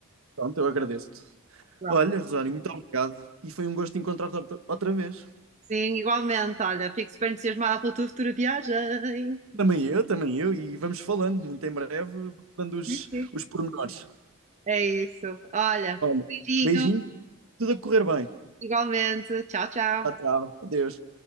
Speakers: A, on the right; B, on the right.
A: Pronto, eu agradeço-te.
B: Pronto.
A: Olha, Rosário, muito obrigado. E foi um gosto encontrar-te outra outra vez.
B: Sim, igualmente, olha, fico super entusiasmada pela tua futura viagem.
A: Também eu, também eu, e vamos falando muito em breve, dando os,
B: <laughs>
A: os pormenores.
B: É isso, olha,
A: Olha,
B: beijinho,
A: beijinho, tudo a correr bem.
B: igualmente, tchau, tchau.
A: Tchau, tchau. Adeus.